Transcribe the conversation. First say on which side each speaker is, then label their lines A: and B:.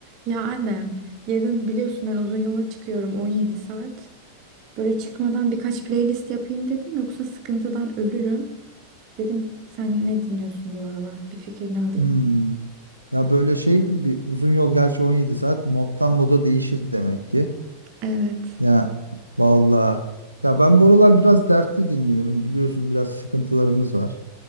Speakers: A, on the right; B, on the right.
A: Ya Adem, yarın biliyorsun ben uzun yola çıkıyorum 17 saat. Böyle çıkmadan birkaç playlist yapayım dedim yoksa sıkıntıdan ölürüm. Dedim sen ne dinliyorsun bu aralar? Bir fikrini alayım.
B: Hmm. Ya böyle şey mi bir uzun yol gerçi 17 saat moddan moda değişir demek ki.
A: Evet.
B: Ya vallahi. Ya ben buralar biraz dertli dinliyorum biliyorsun biraz sıkıntılarımız var.